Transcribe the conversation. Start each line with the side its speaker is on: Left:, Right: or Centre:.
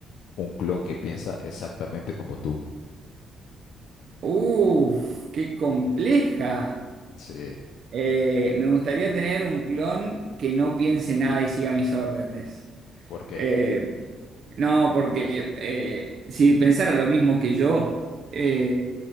Left: un clon que piensa exactamente como tú?
Right: Uf, qué compleja.
Left: Sí,
Right: Eh, me gustaría tener un clon que no piense nada y siga mis órdenes.
Left: ¿por qué?
Right: Eh, no, porque eh, si pensara lo mismo que yo, eh,